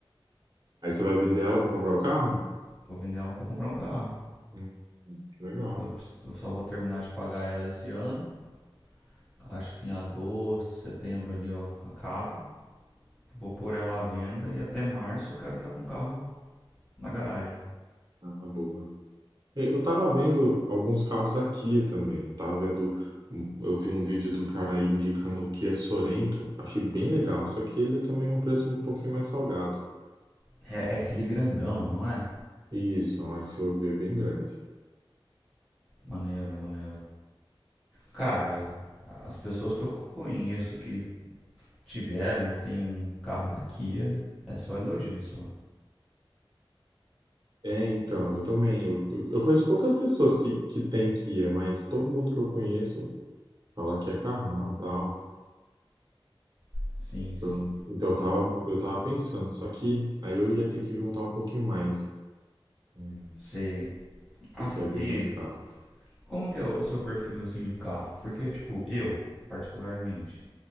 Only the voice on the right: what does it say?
Aí você vai vender ela pra comprar o carro?
Hum, legal.
Ah, boa. E Eu tava vendo alguns carros da Kia também. Eu tava vendo. hum, Eu vi um vídeo do cara aí indicando o Kia Sorento. Achei bem legal. Só que ele também é um preço um pouquinho mais salgado.
Isso, é um SUV bem grande.
É, então, eu também. Eu, eu, eu conheço poucas pessoas que, que têm Kia, mas todo mundo que eu conheço fala que é carrão, tal.
Então,
então eu tava, eu tava pensando, só que aí eu ia ter que juntar um pouquinho mais, hum,
porque
é bem mais caro.